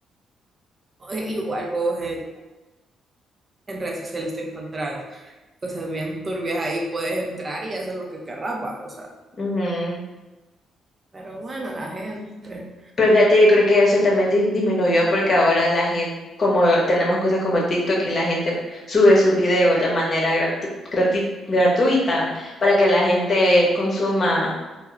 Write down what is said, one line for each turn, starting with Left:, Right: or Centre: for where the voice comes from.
Right: Eh, Igual vos en, en redes sociales te encontrás cosas bien turbias ahí, puedes entrar y hacer lo que querrás, va, o sea.
Left: Ujú.
Right: Pero bueno, la gente.
Left: Pero fíjate, yo creo que eso también dis- disminuyó porque ahora la gente, como tenemos cosas como TikTok y la gente sube sus videos de manera gratu- grati- gratuita para que la gente consuma